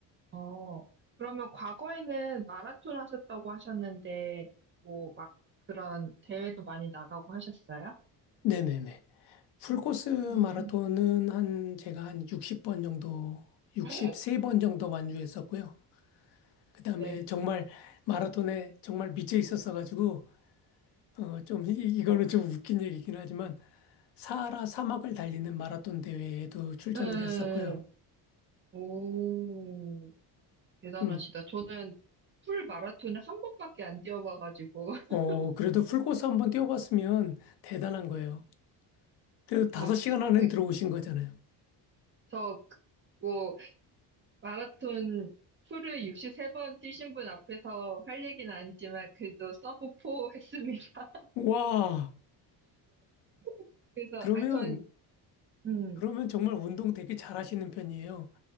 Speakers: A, on the right; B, on the left.
A: 음. 어, 그러면 과거에는 마라톤 하셨다고 하셨는데, 뭐, 막 그런 대회도 많이 나가고 하셨어요?
B: 네네네. 풀코스
A: 음,
B: 마라톤은 한, 제가 한 60번 정도, 63번
A: <gasps> 네.
B: 정도 완주했었고요. 그 다음에
A: 네.
B: 정말 마라톤에 정말 미쳐 있었어가지고, 어, 좀, 이, 이거는 좀 웃긴 얘기긴 하지만, 사하라 사막을 달리는 마라톤 대회에도 출전을
A: 네.
B: 했었고요.
A: 오, 대단하시다.
B: 음,
A: 저는 풀 마라톤을 한 번밖에 안 뛰어봐가지고, <laughs>
B: 어, 그래도 풀코스 한번 뛰어봤으면 대단한 거예요. 그래도 다섯
A: 아,
B: 시간 안에
A: 그-
B: 들어오신 거잖아요.
A: 저, 그- 뭐, 마라톤 풀을 63번 뛰신 분 앞에서 할 얘기는 아니지만, 그래도 서브 4 했습니다.
B: 와,
A: <laughs> 그래서,
B: 그러면,
A: 아, 전, 음,
B: 그러면 정말 운동 되게 잘하시는 편이에요.